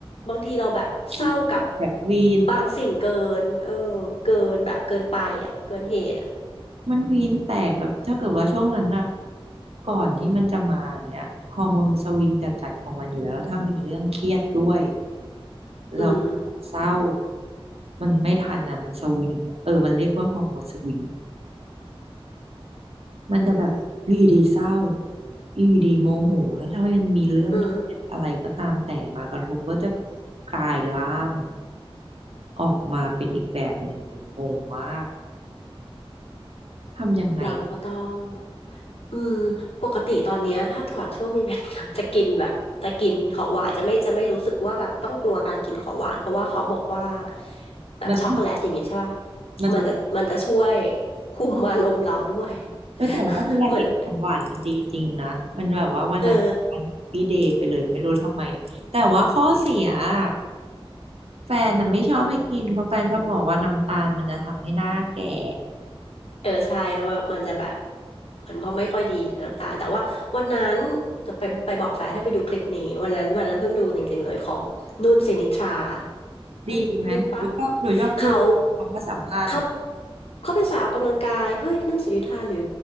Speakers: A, on the left; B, on the right.
A: บางทีเราแบบเศร้ากับ
B: เครียดแบบวีน
A: บางสิ่งเกินเออเกินแบบเกินไปอ่ะเกินเหตุอ่ะ
B: มันวีนแตกแบบถ้าเกิดว่าช่วงนั้นนะก่อนที่มันจะมาอย่างเงี้ยฮอร์โมนมันสวิงจัดๆของมันอยู่แล้วแล้วถ้ามีเรื่องเครียดด้วยเรา
A: อืม
B: เศร้ามันไม่ทันอ่ะมันสวิงอะเออมันเรียกว่าฮอร์โมนสวิงอะมันจะแบบอยู่ดีๆเศร้าอยู่ดีๆโมโหแล้วถ้ามันมีเรื่องเครียดอะไรก็ตามแต่มากระทบก็จะ
A: อืม
B: กลายร่างออกมาเป็นอีกแบบหนึ่งเลยงงมากทำยังไง
A: เราก็ต้อง อืมปกติตอนเนี้ยถ้าก่อนช่วงมีเมน <laughs> จะกินแบบจะกินของหวานจะไม่จะไม่รู้สึกว่าแบบต้องกลัวการกินของหวานเพราะว่าเขาบอกว่าแบบช็อกโกแลตอย่างเงี้ยใช่ป่ะ
B: มันต้องมันต้อง
A: มันจะมันจะช่วยคุมอารมณ์เราด้วย
B: เออแต่ว่าเวลากินของหวานมันดีจริงนะมันแบบว่าวันนั้นวันแฮปปี้เดย์ไปเลยไม่รู้ทำไม
A: <laughs> เหมือนเออ
B: แต่ว่าข้อเสียอะแฟนน่ะไม่ชอบให้กินเพราะแฟนชอบบอกว่าน้ำตาลมันจะทำให้หน้าแก่
A: เออใช่แล้วแบบมันจะแบบมันก็ไม่ค่อยดีต่างๆแต่ว่าวันนั้นจะไปไปบอกแฟนให้ไปดูคลิปนี้วันนั้นวันนั้นเพิ่งดูจริงๆเลยของนุ่นสินิทรา เฮ้ยนุ่นปะ
B: ดีไหมหนูชอบหนูชอบดูคำว่าสัมภาษณ์เหมือน
A: เขาเขาเขาเป็นสายออกกำลังกายเฮ้ยนุ่นสิริธาหรือ